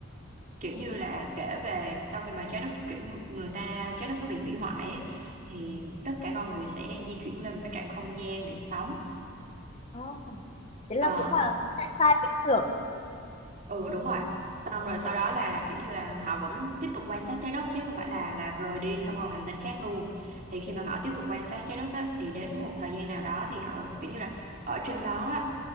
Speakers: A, on the right; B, on the left.
A: kiểu như là kể về sau khi mà trái đất kiểu người ta trái đất nó bị hủy hoại ấy, thì tất cả con người sẽ di chuyển lên một cái trạng không gian để sống
B: oh, thế là
A: Ờ,
B: cũng là sci-fi viễn tưởng
A: ừ đúng rồi xong rồi sau đó là kiểu như là họ vẫn tiếp tục quan sát trái đất chứ không phải là là rời đi theo qua một hành tinh khác luôn thì khi mà họ tiếp tục quan sát trái đất á, thì đến một thời gian nào đó thì họ kiểu như là ở trên đó á,